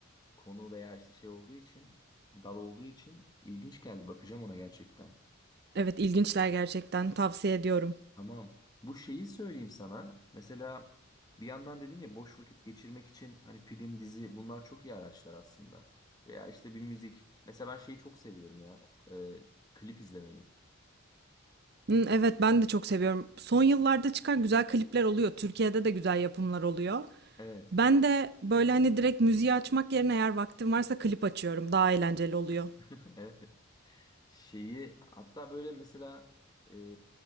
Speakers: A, on the left (about 20°); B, on the right (about 50°).
A: konu veya işte şey olduğu için dal olduğu için ilginç geldi. Bakacağım ona gerçekten.
B: Evet ilginçler gerçekten tavsiye ediyorum.
A: Tamam. Bu şeyi söyleyeyim sana. Mesela bir yandan dedim ya boş vakit geçirmek için hani film, dizi bunlar çok iyi araçlar aslında. Veya işte bir müzik. Mesela ben şeyi çok seviyorum ya. e, klip izlemeyi.
B: Hı, evet ben de çok seviyorum. Son yıllarda çıkan güzel klipler oluyor. Türkiye'de de güzel yapımlar oluyor.
A: Evet.
B: Ben de böyle hani direkt müziği açmak yerine eğer vaktim varsa klip açıyorum. Daha eğlenceli oluyor.
A: <laughs> Evet. Şeyi hatta böyle mesela e,